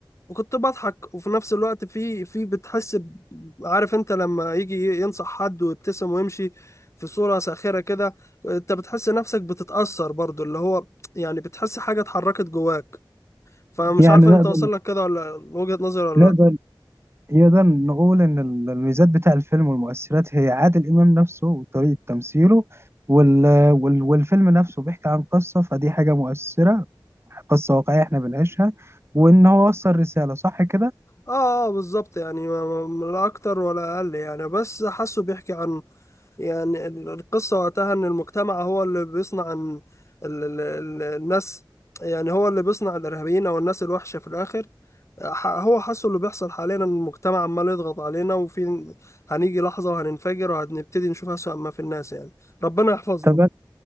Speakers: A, on the left; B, on the right.
A: وكنت بضحك وفي نفس الوقت في في بتحس ب- عارف انت لما يجي ينصح حد ويبتسم ويمشي في صورة ساخرة كده انت بتحس نفسك بتتأثر برضو اللي هو يعني بتحس حاجة اتحركت جواك فمش
B: يعني
A: عارف انت
B: نقدر
A: واصل لك كده ولا وجهة نظري ولا
B: نقدر
A: لا
B: نقدر نقول إن ال- الميزات بتاع الفيلم والمؤثرات هي عادل إمام نفسه وطريقة تمثيله وال... وال... والفيلم نفسه بيحكي عن قصة فدي حاجة مؤثرة قصة واقعية احنا بنعيشها وان هو وصل رسالة صح كده؟
A: اه اه بالظبط يعني ما- ما- لا اكتر ولا اقل يعني بس حاسه بيحكي عن يعني ال- القصة وقتها ان المجتمع هو اللي بيصنع ان ال- ال- ال- الناس يعني هو اللي بيصنع الارهابيين او الناس الوحشة في الاخر ح- هو حاسه اللي بيحصل حاليا إن المجتمع عمال يضغط علينا وفي هنيجي لحظة وهننفجر وهنبتدي نشوف أسوأ ما في الناس يعني ربنا يحفظنا
B: طب